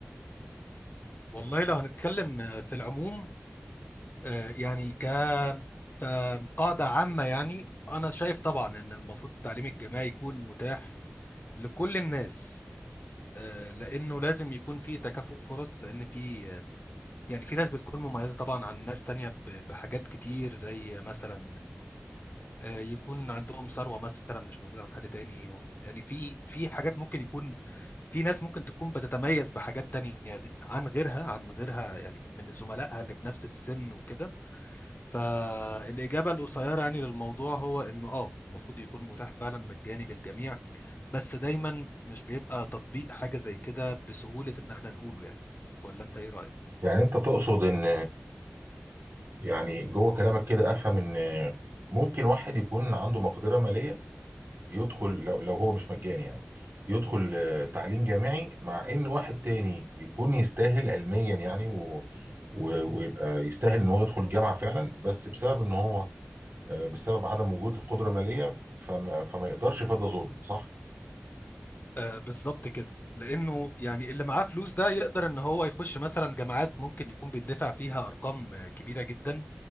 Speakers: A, on the left (about 55°); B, on the right (about 80°).
A: والله لو هنتكلم في العموم آه، يعني ك كقاعدة عامة يعني أنا شايف طبعا إن المفروض التعليم الجامعي يكون متاح لكل الناس آه، لأنه لازم يكون في تكافؤ فرص لأن في يعني في ناس بتكون مميزة طبعا عن ناس تانية ب- بحاجات كتير زي مثلا آه، يكون عندهم ثروة مثلا مش موجودة عند حد تاني و- يعني في في حاجات ممكن يكون في ناس ممكن تكون بتتميز بحاجات تانية غ- عن غيرها عن غيرها يعني من زملائها اللي في نفس السن وكده فالإجابة القصيرة يعني للموضوع هو إنه آه المفروض يكون متاح فعلا مجاني للجميع بس دايما مش بيبقى تطبيق حاجة زي كده بسهولة إن إحنا نقوله يعني ولا أنت إيه رأيك؟
B: يعني أنت تقصد إن يعني جوه كلامك كده أفهم إن ممكن واحد يكون عنده مقدرة مالية يدخل لو, لو هو مش مجاني يعني يدخل آه، تعليم جامعي مع ان واحد تاني يكون يستاهل علميا يعني و و- ويبقى يستاهل ان هو يدخل الجامعه فعلا بس بسبب ان هو آه، بسبب عدم وجود القدره الماليه فما, فما يقدرش فده ظلم صح؟
A: آه بالظبط كده لانه يعني اللي معاه فلوس ده يقدر ان هو يخش مثلا جامعات ممكن يكون بيدفع فيها ارقام آه، كبيره جدا